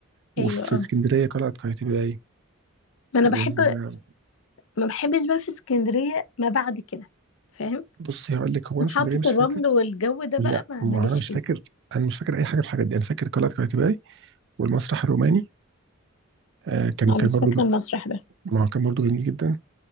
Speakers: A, on the right (about 60°); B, on the left (about 70°).
A: وفي
B: ايوه اه
A: اسكندريه قلعه قايتباي
B: ما انا
A: وال...
B: بحب ما بحبش بقى في اسكندرية ما بعد كده فاهم
A: بص هقول لك هو
B: محطة
A: انا اسكندريه مش
B: الرمل
A: فاكر
B: والجو ده بقى
A: لا
B: ما
A: ما
B: ماليش
A: هو انا مش
B: فيه
A: فاكر انا مش فاكر اي حاجه من الحاجات دي انا فاكر قلعه قايتباي والمسرح الروماني آه كان
B: انا
A: كان
B: مش
A: برضه
B: فاكرة المسرح ده
A: ما هو كان برضه جميل جدا